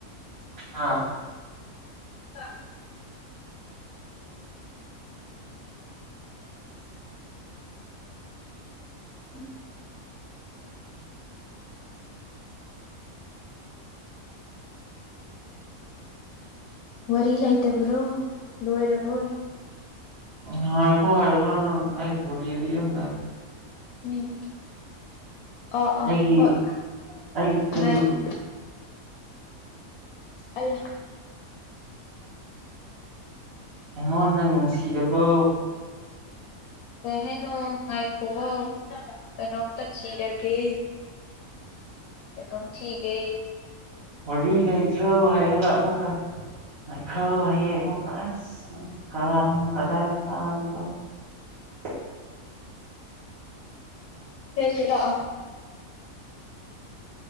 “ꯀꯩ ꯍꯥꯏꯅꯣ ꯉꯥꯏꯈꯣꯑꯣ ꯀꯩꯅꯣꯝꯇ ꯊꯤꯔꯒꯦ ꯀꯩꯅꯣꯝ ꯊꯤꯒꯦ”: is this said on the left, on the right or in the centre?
Left